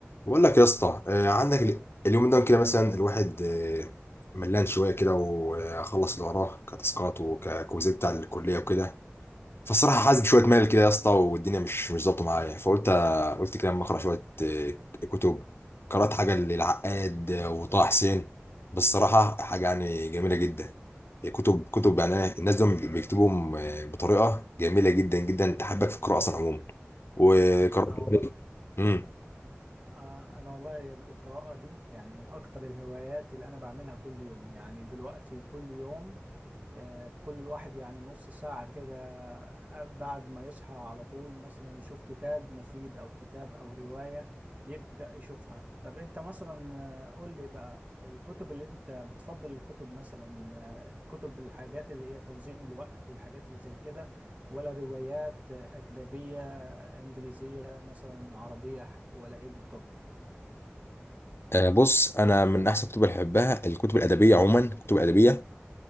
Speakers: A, on the left (about 60°); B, on the right (about 35°).
A: بقول لك يا اسطى آه، عندك ال- اليوم ده كده مثلا الواحد آه، ملان شويه كده وخلص اللي وراه كتاسكات وككوزات بتاع الكليه وكده فالصراحه حاسس بشويه مال كده يا اسطى والدنيا مش مش ظابطه معايا فقلت آه، قلت كده اما اقرا شويه آه، كتب قرات حاجه للعقاد آه، وطه حسين بالصراحه حاجه يعني جميله جدا كتب كتب يعني الناس دول بيكتبوا آه، بطريقه جميله جدا جدا تحبك في القراءه اصلا عموما وقرات
B: انا والله
A: <laughs> مم.
B: آه، انا والله القراءة دي يعني من اكتر الهوايات اللي انا بعملها كل يوم يعني دلوقتي كل يوم آه، كل الواحد يعني نص ساعة كده آه، بعد ما يصحى على طول مثلا يشوف كتاب مفيد او كتاب او رواية يبدأ يشوفها طب انت مثلا آه، قول لي بقى الكتب اللي انت بتفضل الكتب مثلا آه، كتب الحاجات اللي هي تنظيم الوقت والحاجات اللي زي كده ولا روايات آه، أجنبية انجليزيه مثلا عربيه ح- ولا ايه بالضبط
A: آه، بص انا من احسن الكتب اللي بحبها الكتب الادبيه عموما الكتب الادبيه